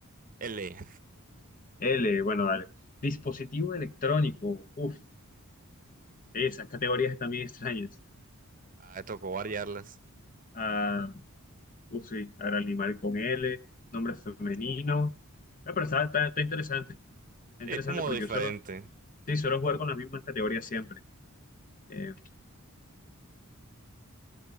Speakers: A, on the right (about 35°); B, on the left (about 35°).
A: L.
B: L, bueno, dale. Dispositivo electrónico. Uf, esas categorías también extrañas.
A: Ah, tocó variarlas.
B: Ah, uf, sí, ahora animal con L, nombre femenino. Eh, pero está, está, está interesante. Está
A: Sí,
B: interesante
A: es como
B: porque
A: diferente.
B: yo solo Sí, suelo jugar con las mismas categorías siempre. Eh,